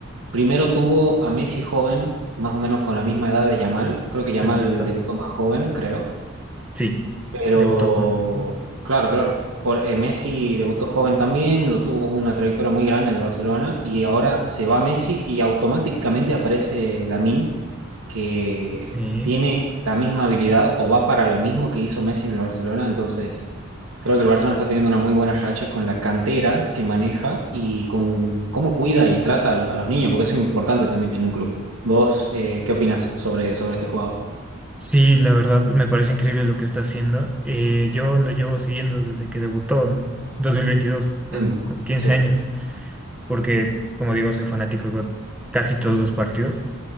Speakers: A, on the right; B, in the centre.
A: primero tuvo a Messi joven, más o menos con la misma edad de Yamal. Creo que Yamal
B: es verdad.
A: debutó más joven, creo.
B: Sí,
A: Pero
B: debutó con...
A: claro, claro. Por, eh, Messi debutó joven también, lo tuvo una trayectoria muy grande en el Barcelona y ahora se va Messi y automáticamente aparece Lamine, que
B: sí.
A: tiene la misma habilidad o va para lo mismo que hizo Messi en el Barcelona, entonces Creo que el Barcelona está teniendo una muy buena racha con la cantera que maneja y con cómo cuida y trata a los, a los niños, porque eso es importante también en un club. ¿Vos eh, qué opinas sobre, sobre este jugador?
B: Sí, la verdad me parece increíble lo que está haciendo. Eh, yo lo llevo siguiendo desde que debutó en 2022, en,
A: Mm,
B: con 15
A: sí,
B: años, porque, como digo, soy fanático de casi todos los partidos.